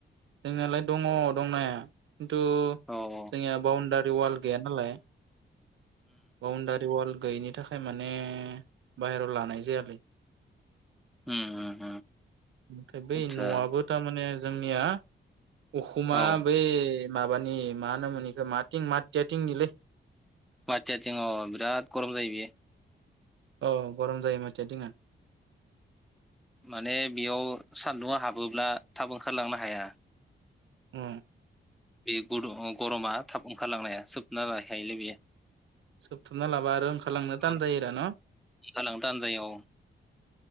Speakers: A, on the right; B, in the centre.
A: जोंनालाय दङ दंनाया। खिन्थु जोंनिया
B: औ
A: बाउणडारि वाल गैया नालाय बावनदारि वाल गैयिनि थाखाय माने बाहेराव लानाय जायालै ।
B: औ
A: ओमफ्राय बै
B: आदसा
A: न'आबो थारमाने जो जोंनिया उखुमा
B: औ
A: बेै माबानि मा होनोम मोन बेखौ? माथिं माथियाथिंनिलै।
B: माथिया थिं अ बिराद गरम जायो बेयो।
A: औ गरम जायो माथिया थिंङा।
B: माने बेयाव सान्दुंआ हाब थाब ओंखारलांनो हाया।
A: ओ।
B: बे गरमा थाब ओंखारलांनाया सोबना लाखायोलै बेयो
A: सोबथाबना लाबा आरो ओंखारलांनो दान
B: औ
A: जायरा न?
B: ओंखारलांनो थान जायो